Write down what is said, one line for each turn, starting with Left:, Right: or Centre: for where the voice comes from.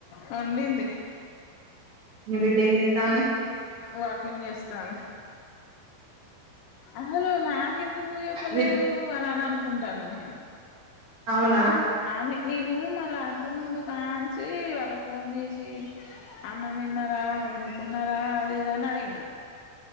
Left: వండింది
Right: ఇ బిడ్డఎంజేతంది
Left: వాకింగ్ చేస్తాను అసలు నా క ఎందుకు పువ చెప్పలేదు
Right: నీ
Left: అని అన్నాను హుందాన నేను
Right: అవునా
Left: అని నేను మలా అంత మ దుకాన్ వచ్చి వాళ్ళకి ఫోన్ చేసి అన్నం తిన్నారా వండుకున్నారా అది ఇదా అని అడిగిన